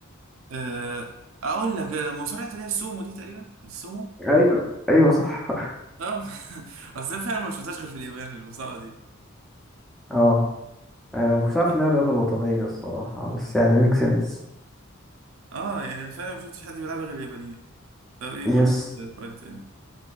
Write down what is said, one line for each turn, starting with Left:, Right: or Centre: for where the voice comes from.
Right: أه أقول لك آه، مصارعة اللي هي السومو دي تقريبا السومو
Centre: ايوه ايوه صح
Right: أه <laughs> أصل أنا فعلا ما شفتهاش غير في اليابان المصارعة دي
Centre: اه أنا مكنتش عارف
Right: أه
Centre: إنها الرياضة الوطنية الصراحة بس يعني ميك سنس
Right: آه، يعني أنا فعلا ما شفتش حد بيلعبها غير اليابانيين طب إيه
Centre: يس
Right: قول سؤال تاني